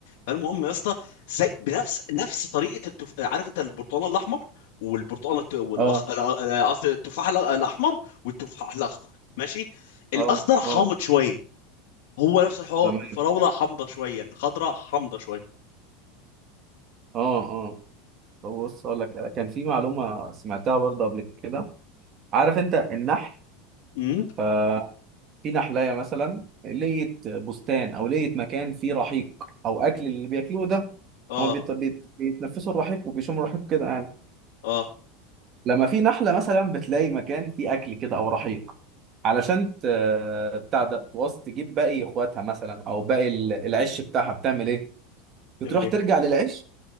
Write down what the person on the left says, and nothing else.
فالمهم يا اسطى زي بنفس نفس طريقه التف... عارف انت البرتقال الاحمر والبرتقال الت... والاخ
ال- ال- قصدي التفاح ال- الاحمر والتفاح الاخضر ماشي الاخضر
حامض
شويه هو نفس الحوار
الفراوله حامضه شويه الخضراء حامضه شويه
امم
اه
اه
تعمل ايه